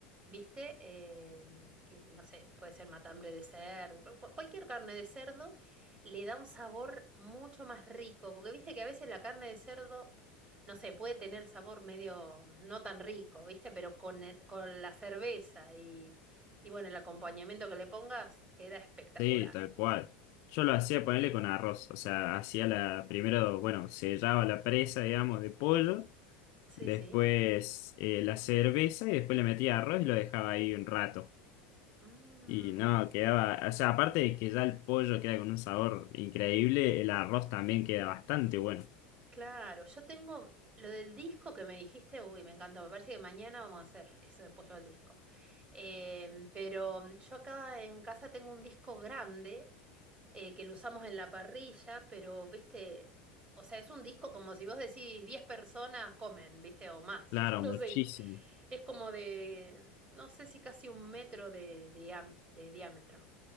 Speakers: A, on the right; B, on the left.
A: ¿viste? Em, que no sé, puede ser matambre de cerdo, cual- cual- cualquier carne de cerdo le da un sabor mucho más rico, porque viste que a veces la carne de cerdo, no sé, puede tener sabor medio no tan rico, ¿viste? Pero con el- con la cerveza y, y bueno, el acompañamiento que le pongas queda espectacular.
B: Sí, tal cual. Yo lo hacía ponerle con arroz. O sea, hacía la, primero, bueno, sellaba la presa, digamos, de pollo,
A: Sí,
B: después
A: sí.
B: eh, la cerveza y después le metía arroz y lo dejaba ahí un rato.
A: Mm.
B: Y no, quedaba, o sea, aparte de que ya el pollo queda con un sabor increíble, el arroz también queda bastante bueno.
A: Claro, yo tengo lo del disco que me dijiste, uy, me encantó, me parece que mañana vamos a hacer eso de pollo al disco. Em, pero mm, yo acá en casa tengo un disco grande eh, que lo usamos en la parrilla, pero, viste, o sea, es un disco como si vos decís 10 personas comen, viste, o más,
B: Claro,
A: <laughs> no
B: muchísimo.
A: sé, es como de, no sé si casi un metro de, de am- de diámetro.